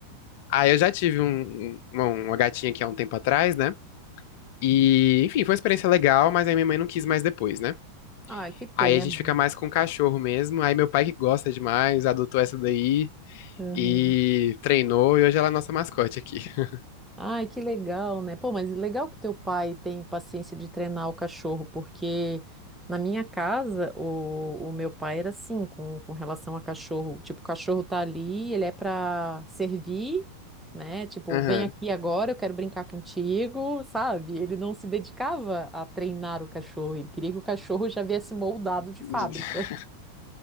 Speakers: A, on the left; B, in the centre.
A: Ah, eu já tive um- um- uma, uma gatinha aqui há um tempo atrás, né? E, enfim, foi uma experiência legal, mas aí minha mãe não quis mais depois, né?
B: Ai, que pena.
A: Aí a gente fica mais com o cachorro mesmo. Aí meu pai que gosta demais, adotou essa daí
B: Uhum.
A: e treinou, e hoje ela é a nossa mascote aqui. <laughs>
B: Ai, que legal, né? Pô, mas legal que teu pai tem paciência de treinar o cachorro, porque na minha casa o, o meu pai era assim com, com relação a cachorro. Tipo, o cachorro tá ali, ele é pra servir, né? Tipo,
A: Aham.
B: vem aqui agora, eu quero brincar contigo, sabe? Ele não se dedicava a treinar o cachorro, ele queria que o cachorro já viesse moldado de
A: <laughs>
B: fábrica.